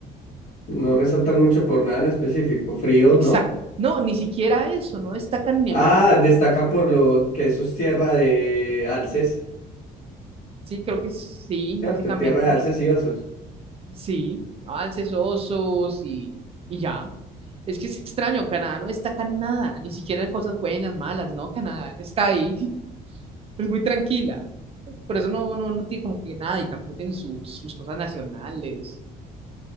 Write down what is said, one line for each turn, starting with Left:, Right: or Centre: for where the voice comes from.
Left: no resaltan mucho por nada en específico. Frío,
Right: Exacto.
Left: ¿no?
Right: No, ni siquiera eso, no destacan bien.
Left: Ah, destaca por lo que eso es tierra de alces,
Right: Sí, creo que sí,
Left: ¿cierto?
Right: básicamente.
Left: Tierra de alces y osos.
Right: Sí, alces, osos y, y ya. Es que es extraño, Canadá no destaca nada, ni siquiera en cosas buenas, malas, ¿no? Canadá está ahí, <laughs> es muy tranquila. Por eso no, no, no tiene como que nada y tampoco tienen sus, sus cosas nacionales.